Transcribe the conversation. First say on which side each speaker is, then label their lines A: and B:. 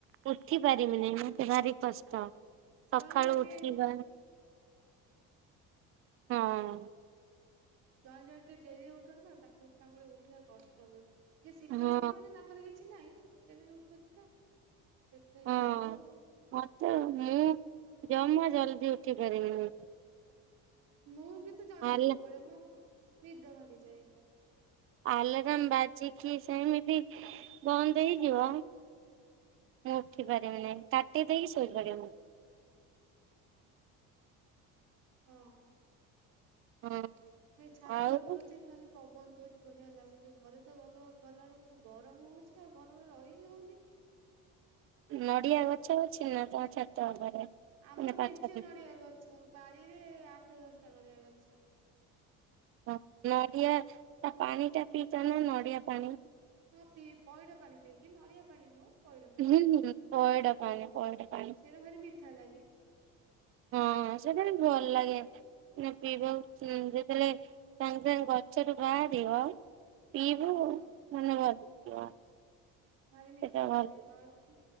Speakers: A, on the right; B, on the right.
A: ଉଠି ପାରିବିିନି ମତେ ଭାରି କଷ୍ଟ। ସକାଳୁ
B: ଜଣେ ଜଣେ ଟିକେ
A: ଉଠିବା ହଁ।
B: ଜଣେ ଜଣ ଟିକେ ଡେରି ଉଠନ୍ତି ନା ତା ତାଙ୍କର ଉଠିବା କଷ୍ଟ ହୁଏ। ଯିଏ ଶୀଘ୍ର
A: ହଁ
B: ଉଠି ପଡନ୍ତି ତାଙ୍କର କିଛି ନାହିଁ ଡେରି ଉଠନ୍ତି ତ ସେଥିଲାଗି
A: ହଁ
B: ବଧେ ଆଉ ହୁଁ।
A: ମତେ ମୁଁ ଜମା ଜଲ୍ଦି ଉଠି ପାରେନି ମୁଁ।
B: ମୁଁ କିନ୍ତୁ ଜଲଦି
A: ହେଲା
B: ଉଠି ପଡେ ମୋ ନିଦ ଭାଙ୍ଗିଯାଏ।
A: ଆଲାରାମ୍ ବାଜିକି ସେମିତି ବନ୍ଦ ହେଇଯିବ। ମୁଁ ଉଠି ପାରିବିନି କାଟି ଦେଇକି ଶୋଇପଡିବି।
B: ଉହୁଁ ହଁ। ମୁଁ
A: ହଁ
B: ଏ ଛାତରେ
A: ଆଉ
B: ବୁଲୁଚି ଖାଲି ପବନ ଦଉଛି ବଢିଆ ଲାଗୁଛି ଘରେ ତ ଗଲ ଗଲାବେଳକୁ ଆଉ ଗରମ ହଉଛି ଆଉ ଗରମରେ ରହିବି ହଉନି।
A: ନଡିଆ ଗଛ ଅଛି ନା ତମ ଛାତ ଉପରେ।
B: ଆମର
A: ମାନେ ପାଖରେ
B: ମେଞ୍ଚେ ନଡିଆ ଗଛ ବାଡିରେ ଆଠ ଦଶଟା ନଡିଆ ଗଛ।
A: ହ ନଡିଆ ତା ପାଣି ଟା ପିଇଚ ନା ନଡିଆ ପାଣି।
B: ହଁ ପି ପଇଡ ପାଣି ପିଇଛି ନଡିଆ ପାଣି ନୁହଁ। ପଇଡ ପାଣି
A: ହୁଁ ହୁଁ ପଇଡ଼ ପାଣି ପଇଡ଼ ପାଣି।
B: ସେଇଟା ଭାରି ମିଠା ଲାଗେ।
A: ହଁ ସେଇଟା ଟିକେ ଭଲ ଲାଗେ। ନା ପିଇବାକୁ ଯେତେବେଳେ ସାଙ୍ଗେ ସାଙ୍ଗେ ଗଛରୁ ବାହାରିବା ପିବୁ
B: ହଁ।
A: ମାନେ ଭଲ ଲାଗିବ।
B: ଭାରି ମିଠା
A: ସେଟା
B: ଲାଗେ
A: ଭଲ
B: ନ